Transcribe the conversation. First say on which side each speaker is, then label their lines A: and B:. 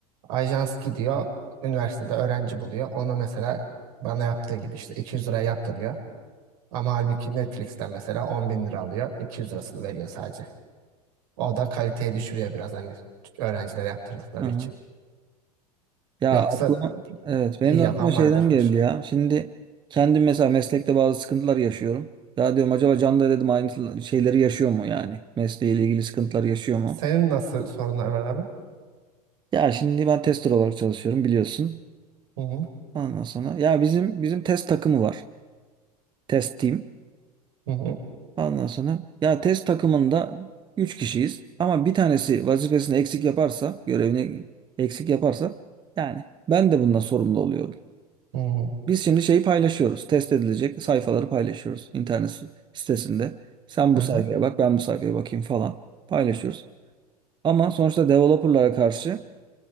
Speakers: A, on the right; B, on the right.
A: Ajans gidiyor üniversitede öğrenci buluyor. Ona mesela bana yaptığı gibi işte 200 liraya yaptırıyor. Ama halbuki Netflix'ten mesela 10 bin lira alıyor. 200 lirasını veriyor sadece. O da kaliteye düşürüyor biraz hani öğrencilere yaptırdıkları
B: aha.
A: için.
B: Ya
A: Yoksa
B: aklıma evet
A: iyi
B: benim
A: yapan
B: de aklıma şeyden
A: vardır.
B: geldi ya. Şimdi kendim mesela meslekte bazı sıkıntılar yaşıyorum. Ya diyorum acaba Can da dedim aynı şeyleri yaşıyor mu yani? Mesleğiyle ilgili sıkıntılar yaşıyor mu?
A: Senin nasıl sorunlar var abi?
B: Ya şimdi ben tester olarak çalışıyorum biliyorsun.
A: Hı hı
B: Ondan sonra ya bizim bizim test takımı var. Test team.
A: hı hı.
B: Ondan sonra ya test takımında 3 kişiyiz ama bir tanesi vazifesini eksik yaparsa, görevini eksik yaparsa yani ben de bundan sorumlu oluyorum.
A: hı hı.
B: Biz şimdi şeyi paylaşıyoruz. Test edilecek sayfaları paylaşıyoruz internet si-, sitesinde. Sen bu
A: Aha.
B: sayfaya bak, ben bu sayfaya bakayım falan paylaşıyoruz. Ama sonuçta developerlara karşı